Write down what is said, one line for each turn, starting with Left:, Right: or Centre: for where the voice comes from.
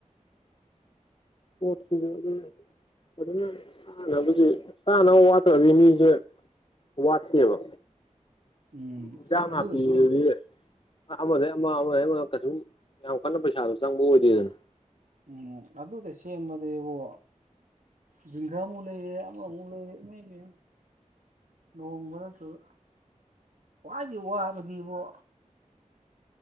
Left: <unintelligible> ꯐꯥꯖꯟꯅ ꯆꯥꯅꯕꯁꯦ ꯆꯥꯅꯕ ꯋꯥꯠꯄꯩ ꯑꯣꯢꯔꯝꯅꯤ ꯃꯤꯁꯦ ꯋꯥꯠꯇꯦꯕ
Right: ꯎꯝ
Left: ꯏꯟꯖꯥꯡ
Right: ꯑꯁ
Left: ꯅꯥꯄꯤꯗꯨꯗꯤ
Right: ꯑꯗꯨꯗ ꯁꯦꯝ
Left: ꯑꯃꯗꯩ ꯑꯃ ꯑꯃꯗꯩ ꯑꯃ ꯀꯩꯁꯨꯝ ꯌꯥꯝ ꯀꯟꯅ ꯄꯩꯁꯥꯗꯣ ꯆꯪꯕꯗꯣ ꯑꯣꯏꯗꯦꯗꯅ
Right: ꯎꯝ ꯑꯗꯨꯗ ꯁꯦꯝꯃꯗꯤ ꯏꯕꯣ ꯖꯤꯒꯥꯥꯃꯨꯛ ꯂꯩꯔꯦ ꯑꯃ ꯃꯨꯛ ꯂꯩꯔꯦ ꯏꯃꯩꯃꯩ ꯅꯣꯡꯃꯔꯛꯇꯨꯗ ꯈ꯭ꯋꯥꯏꯗꯩ ꯋꯥꯕꯗꯤꯕꯣ